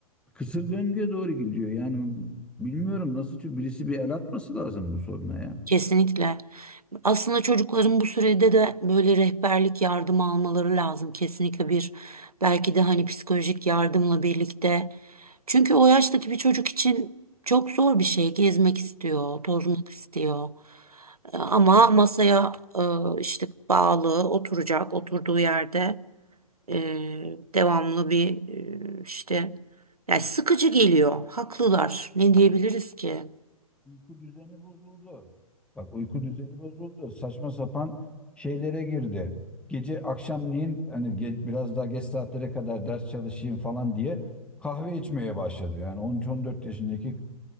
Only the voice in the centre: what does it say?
Kısır döngüye doğru gidiyor. Yani bilmiyorum nasıl çö- birisi bir el atması lazım bu soruna ya.
Uyku düzeni bozuldu. Bak uyku düzeni bozuldu. Saçma sapan şeylere girdi. Gece akşamleyin hani ge- biraz daha geç saatlere kadar ders çalışayım falan diye kahve içmeye başladı. Yani on üç on dört yaşındaki